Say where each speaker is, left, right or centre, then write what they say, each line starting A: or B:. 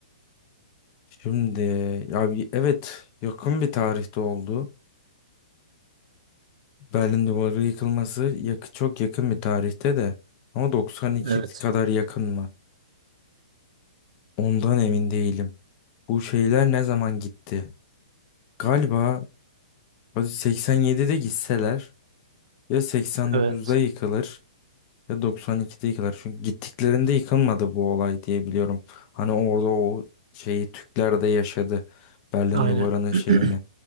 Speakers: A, on the left; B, on the right.
A: şimdi ya bir- evet yakın bir tarihte oldu. Berlin Duvarı yıkılması yakı, çok yakın bir tarihte de. Ama 92
B: Evet.
A: kadar yakın mı? Ondan emin değilim. Bu şeyler ne zaman gitti? Galiba hadi 87'de gitseler ya 89'da
B: Evet.
A: yıkılır Ya 92'de yıkılar. Çünkü gittiklerinde yıkılmadı bu olay diye biliyorum. Hani orada o şeyi Türkler de yaşadı. Berlin
B: Aynen.
A: Duvarı'nın
B: <clears throat>
A: şeyini.